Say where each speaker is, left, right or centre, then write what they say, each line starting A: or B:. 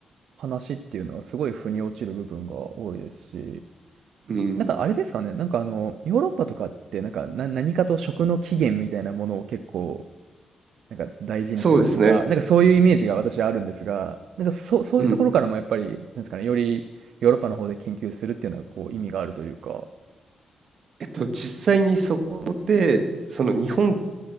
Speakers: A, on the right; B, on the right.
A: 話っていうのはすごい腑に落ちる部分が多いですし、
B: うん。
A: なんかあれですかね、なんかあの、ヨーロッパとかって、なんか、な何かと食の起源みたいなものを結構、なんか大事にするというか、
B: そうですね。
A: なんかそういうイメージが私はあるんですが、なんかそ、そういうところからもやっぱり、
B: うん。
A: なんですかね、よりヨーロッパの方で研究するっていうのはこう意味があるというか、
B: えっと、実際にそこで、その日本